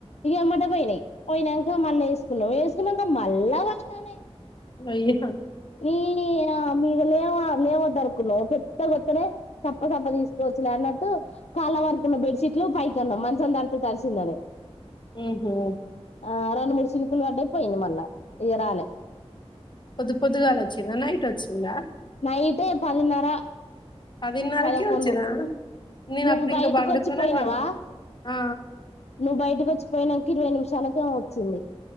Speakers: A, on the left; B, on the left.
A: ఇగ ఎంబటే పోయినయి పొయినంక మళ్ళ ఏసుకున్నం వేసుకున్నక మళ్ళా వాడతానయి
B: అయ్యా
A: ఈ మీద లేవా లేవద్దరుకున్నము పెద్ద కొత్తనే సప్ప సప్ప తీసుకోవచ్చులే అన్నట్టు కాళ్ళ వరకున్న బెడ్ షీట్లు పైకిన్నము మంచం తడ్తే తడిశిందని
B: ఊహూ హో
A: ఆ రండు మూడు శిలుకులు పడ్డయి పోయింది మళ్ళా ఇగ రాలే
B: పొద్దు పొద్దు గాల వచ్చిందా నైట్ వచ్చిందా
A: నైటే పదిన్నర
B: పదిన్నరకే
A: పదకొండు
B: వచ్చిందా నేను
A: నువ్వు
B: అప్పుడు ఇంకా
A: బయటకి
B: బండుకోనే
A: వచ్చిపోయినావా
B: బండు ఆ
A: నువ్వు బయటకు వచ్చిపోయినాక ఇరవై నిమిషాలకేమో వచ్చింది